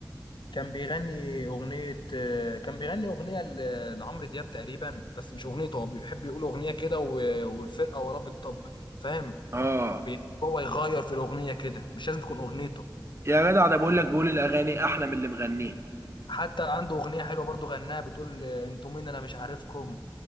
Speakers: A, on the left; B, on the right.
A: كان بيغني أغنية آه، كان بيغني أغنية ل- لعمرو دياب تقريبا بس مش أغنيته هو بيحب يقول أغنية كده و- والفرقة وراه بتطبل فاهم
B: اه
A: بي- هو يغير في الأغنية كده مش لازم تكون أغنيته
B: يا جدع ده بقول لك بيقول الاغاني احلى من اللي مغنيه
A: حتى عنده أغنية حلوة برضو غناها بتقول آه، أنتوا مين أنا مش عارفكم